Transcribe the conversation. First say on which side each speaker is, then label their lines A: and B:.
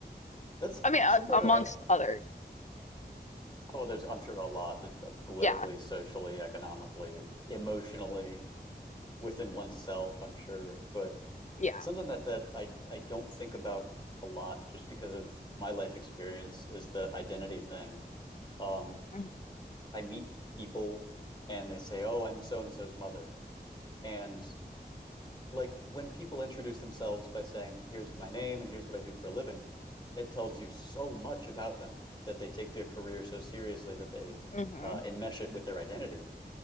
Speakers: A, on the left; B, on the left.
A: That's
B: I mean, uh,
A: something
B: amongst
A: that I
B: others.
A: oh, there's I'm sure a lot that uh, politically,
B: Yeah,
A: socially, economically, emotionally, within oneself, I'm sure. But
B: yeah.
A: something that that I I don't think about a lot just because of my life experience is the identity thing. Um,
B: Mm-hmm.
A: I meet people and they say, "Oh, I'm so and so's mother." And like when people introduce themselves by saying, "Here's my name and here's what I do for a living," it tells you so much about them that they take their career so seriously that they
B: hmm
A: uh, enmesh it with their identity.